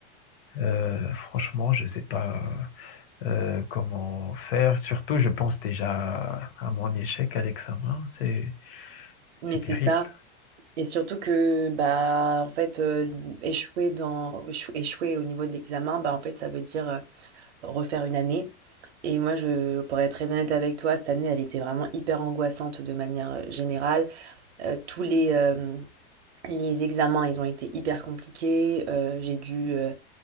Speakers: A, on the left; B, on the right.
A: euh, franchement, je sais pas euh, comment faire. Surtout, je pense déjà à mon échec à l'examen. C'est, c'est
B: Mais c'est
A: terrible.
B: ça. Et surtout que, bah, en fait, euh, échouer dans, échou- échouer au niveau de l'examen, bah, en fait, ça veut dire euh, refaire une année. Et moi, je, pour être très honnête avec toi, cette année, elle était vraiment hyper angoissante de manière euh, générale. Euh, tous les, euh, les examens, ils ont été hyper compliqués. Euh, j'ai dû euh,